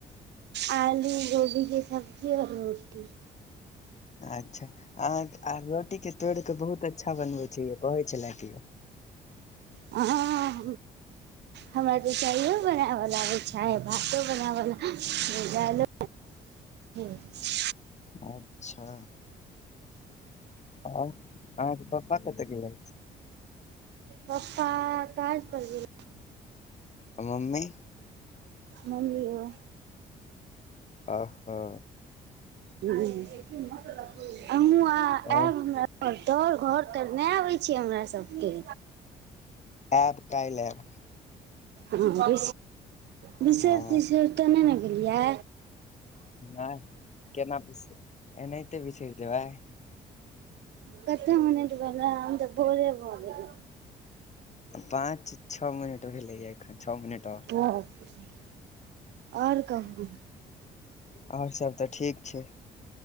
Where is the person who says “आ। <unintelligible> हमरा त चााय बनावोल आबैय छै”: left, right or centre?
Right